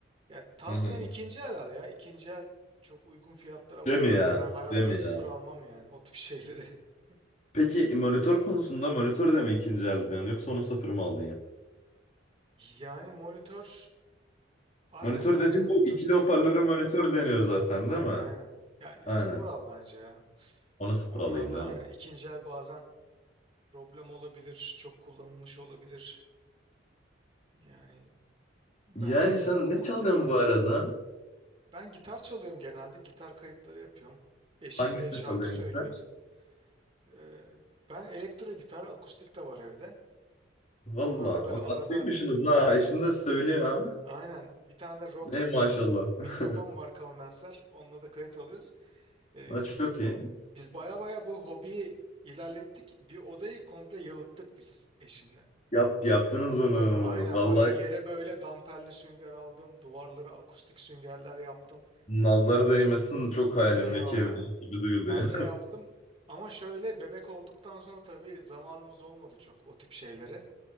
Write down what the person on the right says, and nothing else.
Ya tavsiyem
ikinci el al ya. İkinci el çok uygun fiyatlara
var
yani.
Ben hayatta
sıfır
almam yani o tip şeyleri. <laughs>
Yani monitör aynen
bence
monitörü
sıfır
al.
Aynen
aynen. Ya
sıfır al bence ya.
Onlarda
aynen
ikinci el bazen problem olabilir, çok kullanılmış olabilir. Yani bence
sıfır
almakta
yarar
var.
Ben gitar çalıyorum genelde. Gitar kayıtları yapıyorum. Eşim
de şarkı
söylüyor.
Ee, ben elektro gitar, akustik de var evde.
Onlarla böyle
arada
aynen bir tane de Rode
mikrofon
var kondenser. Onunla da kayıt alıyoruz. Ee,
biz baya baya bu hobiyi ilerlettik. Bir odayı komple yalıttık biz eşimle.
Ba- Aynen
baya yere böyle damperli sünger aldım. Duvarlara akustik süngerler yaptım.
Eyvallah.
Ben de yaptım. Ama şöyle bebek olduktan sonra tabii zamanımız olmadı çok o tip şeylere.